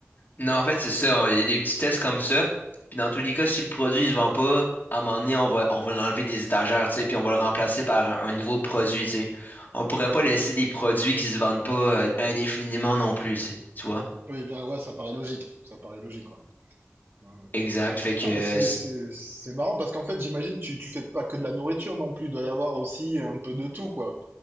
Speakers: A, on the left; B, on the right.
A: Non, en fait, c'est ça. hein. Il y a des petits tests comme ça. Puis dans tous les cas, si le produit ne se vend pas, à un moment donné, on va, on va l'enlever des étagères, tu sais, puis on va le remplacer par un, un nouveau produit, tu sais. On pourrait pas laisser des produits qui se vendent pas euh, indéfiniment non plus, tu sais. Tu vois?
B: Oui, bien, ouais, ça paraît logique, ça paraît logique, ouais. Ouais, ouais.
A: Exact. Fait que,
B: Ah
A: euh,
B: mais c'est
A: c-
B: c'est c'est marrant parce qu'en fait j'imagine tu tu fais pas que de la nourriture non plus, il doit y avoir aussi un peu de tout quoi.